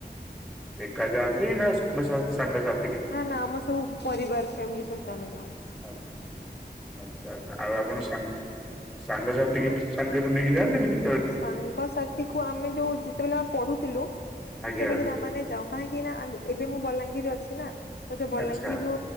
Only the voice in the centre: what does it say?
ଏକା ଯାଆନ୍ତି ନା ସାଙ୍ଗ ସା
ଆଚ୍ଛା ଆଚ୍ଛା ଆଚ୍ଛା ଆଉ ଆପଣ ସାଙ୍ଗ ସାଙ୍ଗ ସାଥି
କିଛି ସାଙ୍ଗରେ ନେଇକି ଯାନ୍ତିନି କି?
ଆଜ୍ଞା
ଆଚ୍ଛା